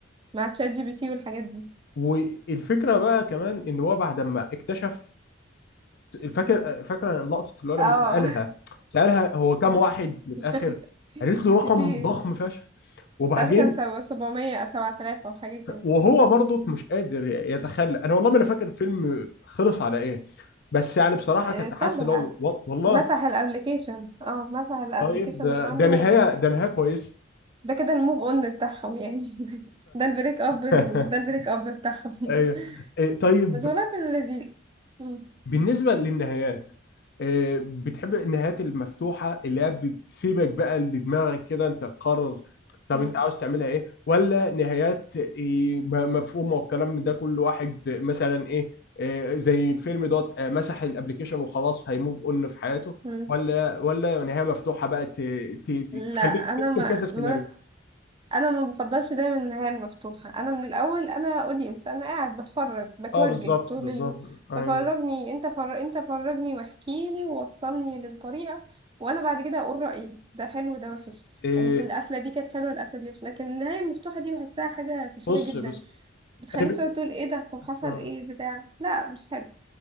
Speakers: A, on the right; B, on the left.
A: مع تشات جي بي تي والحاجات دي
B: والفكره بقى كمان ان هو بعد ما اكتشف فاكر فاكر لقطه اللي هو لما
A: اه
B: سالها سالها هو كام واحد من
A: <laughs>
B: الاخر قالت له رقم
A: كتير
B: ضخم فشخ وبعدين
A: مش عارفه كان سبعمية او 7000 او حاجه كده
B: وهو برضك مش قادر يتخلى انا والله ما انا فاكر الفيلم خلص على ايه بس يعني بصراحه
A: آه،
B: كنت
A: سابها
B: حاسس اللي هو و- والله
A: مسح الابليكيشن اه مسح الابليكيشن
B: طيب ده
A: من عنده
B: ده نهايه ده نهايه كويسه
A: ده كده الموف اون بتاعهم يعني <laughs> ده البريك اب ال...
B: <laughs>
A: ده البريك اب بتاعهم
B: ايوه
A: <laughs>
B: إيه، طيب
A: بس والله في اللذيذ مم.
B: بالنسبة للنهايات آه، بتحب النهايات المفتوحة اللي هي بتسيبك بقى لدماغك كده انت تقرر طب
A: مم.
B: انت عاوز تعملها ايه ولا نهايات آه، م- مفهومة والكلام من ده كل واحد مثلا ايه آه، زي الفيلم دوت آه، مسح الابليكيشن وخلاص هيموف اون في حياته
A: مم.
B: ولا ولا نهاية مفتوحة بقى ت- ت- ت-
A: لا
B: تخليك
A: انا
B: ترسم
A: ما
B: كذا سيناريو
A: ما انا ما بفضلش دايما النهايه المفتوحه انا من الاول انا اودينس انا قاعد بتفرج بتوجه
B: اه بالظبط
A: طول
B: بالظبط
A: ال... ففرجني
B: ايوه
A: انت فر... انت فرجني واحكيلي ووصلني للطريقه وانا بعد كده اقول رايي ده حلو ده وحش
B: إيه،
A: انت القفله دي كانت حلوه القفله دي وحش لكن النهايه المفتوحه دي بحسها حاجه سخيفه
B: بص
A: جدا
B: بص
A: بتخليك
B: انا ب-
A: تقعد تقول ايه ده طب حصل
B: آه.
A: ايه بتاع لا مش حلو